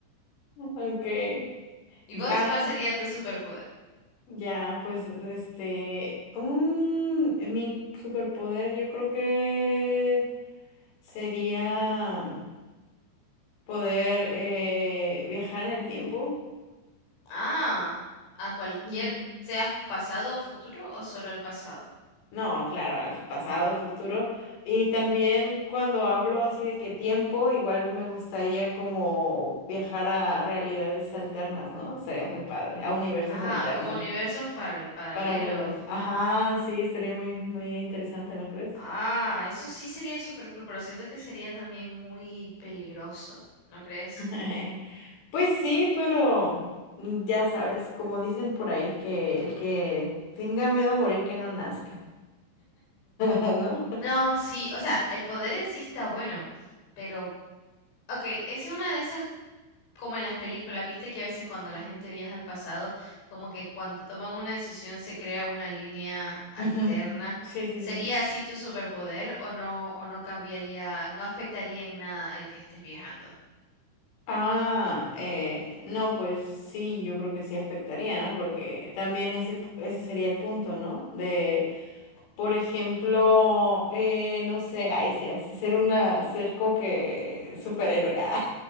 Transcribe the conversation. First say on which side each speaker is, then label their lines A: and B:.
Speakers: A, on the left; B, on the left.
A: Okay,
B: ¿Y vos
A: ya,
B: cuál sería tu superpoder?
A: ya, pues, este, mm, mi superpoder yo creo que sería Poder eh, viajar en el tiempo.
B: Ah, a cualquier,
A: Ujú.
B: sea pasado o futuro o solo al pasado.
A: No, claro, al pasado, futuro. Y también cuando hablo así de que tiempo, igual me gustaría como viajar a realidades alternas, ¿no? Estaría muy padre, a universos
B: Ah,
A: alternos,
B: como universos paral- paralelos.
A: paralelos. Ajá, sí, estaría muy, muy interesante, ¿no crees?
B: Ah, eso sí sería súper cool, pero siento que sería también muy peligroso, ¿no crees?
A: <laughs> Pues sí, pero mm, ya sabes, como dicen por ahí, que el que tenga miedo a morir, que no nazca, <laughs> ¿no?
B: No, sí, o sea, el poder en sí está bueno, pero, ok, es una de esas, como en las películas, viste que a veces cuando la gente viaja al pasado, como que cuando toman una decisión se crea una línea alterna.
A: Ujú. Sí, sí,
B: ¿Sería
A: sí.
B: así tu superpoder o no, o no cambiaría, no afectaría en nada el que estés viajando?
A: Ah, eh, no, pues sí, yo creo que sí afectaría, ¿no? Porque también ese, ese sería el punto, ¿no? De, por ejemplo, eh, no sé, ay, sí, hace ser una, ser como que superhéroe, <laughs> ah,